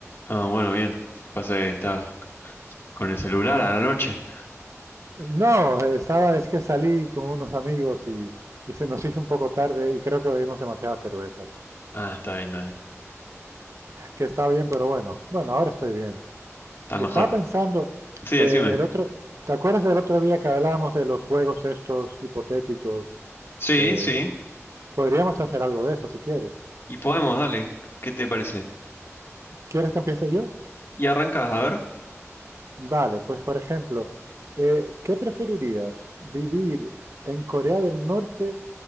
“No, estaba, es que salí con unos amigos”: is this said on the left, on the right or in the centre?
Right